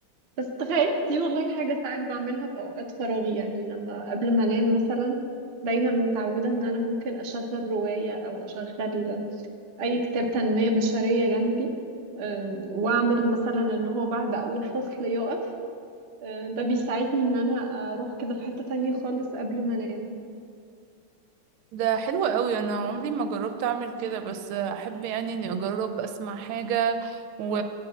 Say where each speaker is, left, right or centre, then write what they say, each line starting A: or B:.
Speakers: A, on the right; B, on the right.
A: بس تخيل دي والله حاجة ساعات بعملها في أوقات فراغي يعني لما قبل ما أنام مثلا دايما متعودة إن أنا ممكن أشغل رواية أو أشغل اي كتاب تنمية بشرية جنبي أم، واعمل مثلا ان هو بعد اول فصل يقف أه، ده بيساعدني ان انا اروح كده في حتة تانية خالص قبل ما انام
B: ده حلو قوي انا عمري ما جربت اعمل كده بس احب يعني اني اجرب اسمع حاجة و...